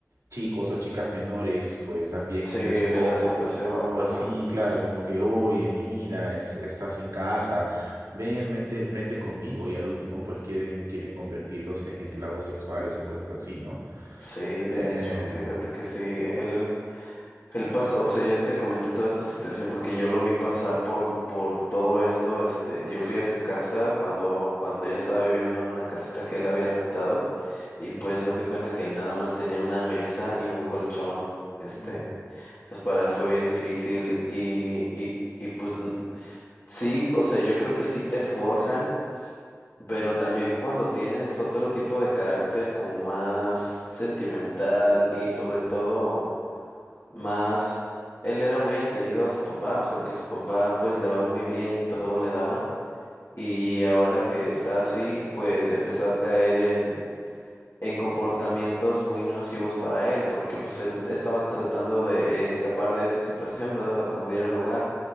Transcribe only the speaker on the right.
chicos o chicas menores, pues también
eso
es otra.
O, o
sí, claro, como que, oye, mira, es- estás sin casa, ven, vente, vente conmigo. Y al último, pues quieren, quieren convertirlos en esclavos sexuales o cosas así, ¿no?
Eh,
ujú,
ujú,